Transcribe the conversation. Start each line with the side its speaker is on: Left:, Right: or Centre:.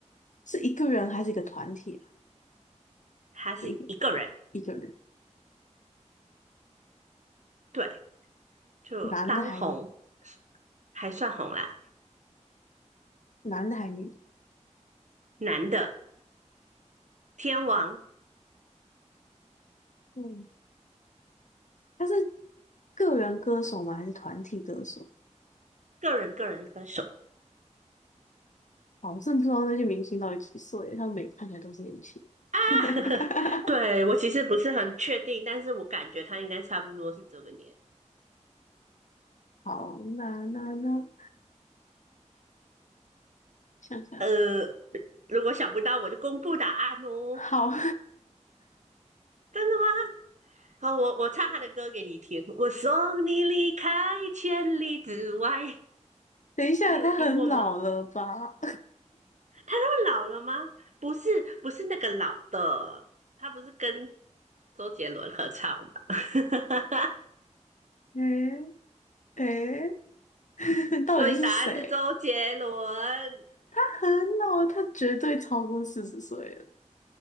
Left: 是一个人还是一个团体啊？
Right: 还是一个人，
Left: 一个一个人，
Right: 对，就当红
Left: 男的还女
Right: 还算红啦，
Left: 男的还女的？
Right: 男的天王
Left: 嗯，他是个人歌手吗？还是团体歌手？
Right: 个人个人歌手
Left: 好，我真的不知道那些明星到底几岁，他们每个看起来都是年轻。
Right: 啊，
Left: <laughs>
Right: <laughs> 对我其实不是很确定，但是我感觉他应该差不多是这个年。
Left: 好，那那那，想想，
Right: 呃，如果想不到我就公布答案哦，
Left: 好，<laughs>
Right: 真的吗？哦，我我唱他的歌给你听，我送你离开千里之外，
Left: 等一下，
Right: 你有听过吗？
Left: 他很老了吧？
Right: 他老了吗？不是，不是那个老的，他不是跟周杰伦合唱的。
Left: 诶诶，<laughs> 到底是谁？
Right: 所以答案是周杰伦，
Left: 他很老，他绝对超过四十岁了，